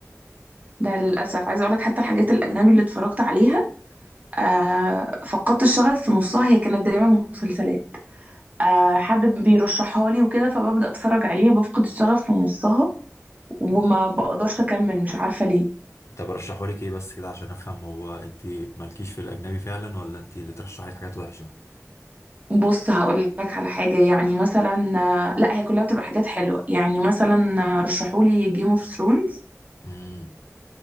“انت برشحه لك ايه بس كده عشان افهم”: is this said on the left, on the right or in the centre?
Left